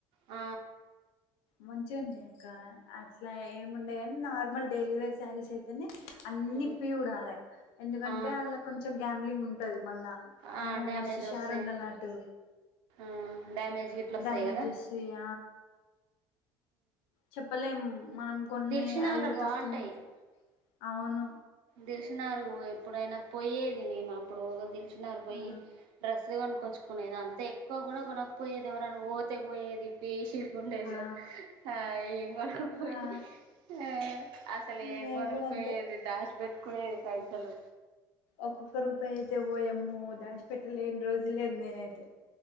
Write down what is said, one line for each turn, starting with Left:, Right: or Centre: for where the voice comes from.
Right: ఆ
Left: మంచిగుంటయ్ అక్క అట్లా ఏమి ఉండే కాని నార్మల్ డెలివరీ సారీస్ అయితే అని అన్నిప్పి
Right: ఉమ్
Left: ఉడాలి ఎందుకంటే
Right: ఆ
Left: అళ్లా కొంచెం గ్యాంబ్లింగ్ ఉంటది మళ్ళా
Right: ఆ
Left: అమ్మో
Right: డ్యామేజ్
Left: మస్తుషారు
Right: వస్తాయి
Left: ఉన్నలటు
Right: ఆ డ్యామేజ్ ఇట్లా వస్తాయి
Left: డ్యామేజెస్
Right: కదా
Left: ఇయ చెప్పలేం మనం కొన్ని
Right: దిల్షినాల
Left: అదియో
Right: బాగుంటాయి
Left: తక్కువనే అవును
Right: దిల్సుఖ్నగర్ పో ఎప్పుడైనా పోయేది నెనప్పుడు దిల్సుఖ్నగర్ దిల్షుక్నగర్ పోయి
Left: ఆ
Right: డ్రస్సు కొనుక్కోచుక్ కొనేది అంత ఎక్కువ కూడా కొనకపోయేది ఎవరనా ఓతే పోయేది పేసి ఉండేది
Left: ఆ
Right: గానీ ఆ ఏం కొనకపోయేది
Left: ఆ
Right: ఆ అస్ సలు ఏం
Left: మేము
Right: కొనక
Left: కూడా
Right: పోయేది
Left: అంతే
Right: దాష్ బెట్ కునేది ఇది పైసలు
Left: ఒక్కొక్క రూపాయి అయితే పోయామ్మో దాష్ పెట్టలేని రోజు లేదు నేనైతే